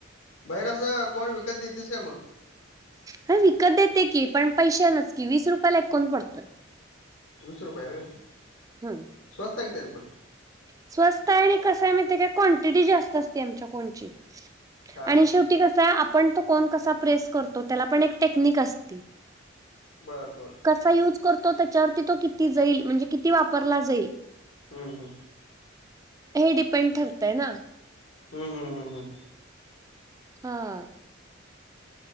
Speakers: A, on the left; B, on the right.
A: बाहेर असं कोण विकत देत्यास काय मग?
B: ह,, विकत देते की पण पैशानच की,, वीस रुपयाला एक कोण पडतोय.
A: वीस रुपय आय वय,,
B: हम्म
A: स्वस्त आहे कि तरी पण.
B: स्वस्त आय आणि कस आहे माईतीय काय क्ांटिटी जास्त असत्या आमच्या कोणची.
A: हा
B: आणि
A: हा
B: शेवटी कसा आपण तो कोण कसा प्रेस करतो त्याला पण एक टेक्निक असती
A: बरं बर
B: कसा युज करतो त्याच्यावरती तो किती जाईल म्हणजे किती वापरला जाईल,
A: हम् हम,
B: हे डिपेंड ठरतय ना.
A: हम हम. हम हं हं
B: हा